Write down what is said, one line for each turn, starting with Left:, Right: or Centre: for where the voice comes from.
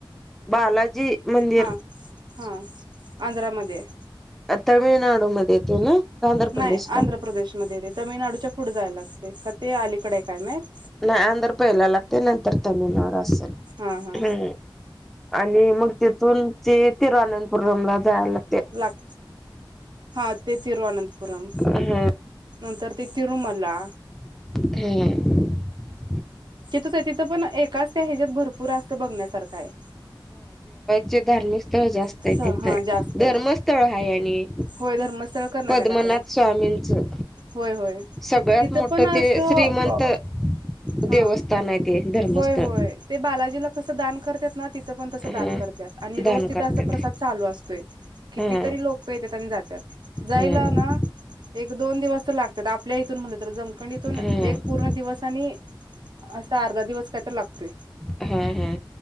Centre: बालाजी मंदिर
Right: हा हा आंध्रा मध्ये.
Centre: तामिळनाडू मध्ये येतयं ना? आंध्र प्रदेशला
Right: नाही आंध्र प्रदेशमध्ये येतय, तमिळनाडूच्या पुढे जायला लागतयं का ते अलीकडे काय माहित?
Centre: नाही आंध्र पहिला लागतय, नंतर तमिळनाडू असलं
Right: हा हा
Centre: हम. आणि मग तिथून जे तिरुअनंतपुरमला जायला ला
Right: लाग हा ते तिरुवनंतपुरम.
Centre: ह
Right: नंतर ते तिरुमाला.
Centre: हम.
Right: तिथंच आहे पण एकाच त्या ह्याच्यात भरपूर असत. बघण्यासारखं आहे.
Centre: जे धार्मिक स्थळ जास्त
Right: स्थळ
Centre: आहे. ते
Right: हा
Centre: तिथ
Right: जास्त
Centre: धर्मस्थळ
Right: आहेत
Centre: आहे आणि
Right: होय धर्मस्थळ कर्नाटकाच
Centre: पद्मनाथ
Right: आहे.
Centre: स्वामींचं
Right: होय-होय
Centre: सगळ्यात
Right: तिथं
Centre: मोठं
Right: पण असं
Centre: ते श्रीमंत
Right: अ. हा
Centre: देवस्थान आहे ते धर्मस्थळ
Right: होय-होय ते बालाजीला कस दान करत्यात ना तिथं पण तसं
Centre: हा
Right: दान करतात. आणि रोज
Centre: दान
Right: तिथं
Centre: करतात
Right: अस प्रसाद चालू असतोय. कितीतरी
Centre: हा
Right: लोक येतात आणि जातात. जायला
Centre: हा
Right: ना एक-दोन दिवस तर लागतात. आपल्या इथून म्हणले तर जम आखंडीतून
Centre: हा
Right: एक पूर्ण दिवस आणि. असा अर्धा दिवस काही तर लागतोय.
Centre: हा हा